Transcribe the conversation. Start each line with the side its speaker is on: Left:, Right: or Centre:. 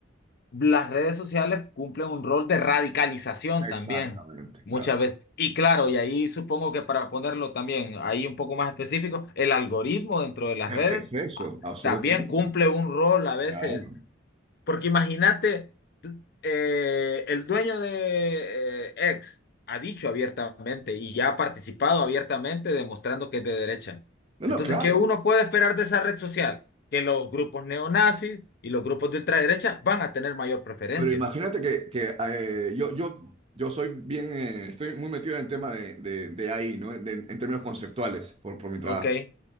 Left: las redes sociales cumplen un rol de radicalización
Right: exactamente,
Left: también, muchas
Right: claro.
Left: veces. Y claro, y ahí supongo que para ponerlo también ahí un poco más específico, el algoritmo dentro de las
Right: Es
Left: redes
Right: que es eso,
Left: ah,
Right: absolutamente.
Left: también cumple un rol a veces
Right: Claro.
Left: porque imagínate, eh, el dueño de eh, X ha dicho abiertamente y ya ha participado abiertamente demostrando que es de derecha.
Right: No,
Left: Entonces,
Right: no, claro.
Left: ¿qué uno puede esperar de esa red social? Que los grupos neonazis y los grupos de ultraderecha van a tener mayor preferencia.
Right: Pero imagínate que, que, eh, yo, yo, yo soy bien, eh, estoy muy metido en el tema de, de, de AI, ¿no? De- en términos conceptuales, por, por mi trabajo.
Left: Ok.